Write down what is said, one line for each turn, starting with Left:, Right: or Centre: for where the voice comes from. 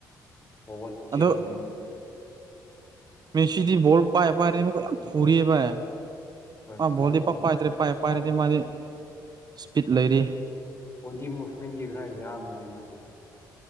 Left: ꯍꯋꯥꯠ ꯆꯦꯟꯕꯅꯤꯅ
Right: ꯑꯗꯣ ꯃꯦꯁꯤꯗꯤ ꯣꯜ ꯄꯥꯏ ꯄꯥꯏ ꯐꯔꯤ ꯄꯥꯏ
Left: ꯍꯣꯏ ꯊꯨꯗꯤ
Right: ꯚꯣꯂꯤ
Left: ꯊꯨꯏ
Right: ꯄꯥꯛ ꯄꯥꯏꯗ꯭ꯔꯦ ꯄꯥꯏ ꯄꯥꯏꯔꯗꯤ
Left: ꯃꯥ
Right: ꯃꯥꯗꯤ ꯏꯁꯄꯤꯠ ꯂꯩꯔꯤ
Left: ꯑꯣꯗꯤ ꯃꯨꯚꯃꯦꯟ ꯔ ꯌꯥꯥꯡ ꯃꯥꯦ ꯍ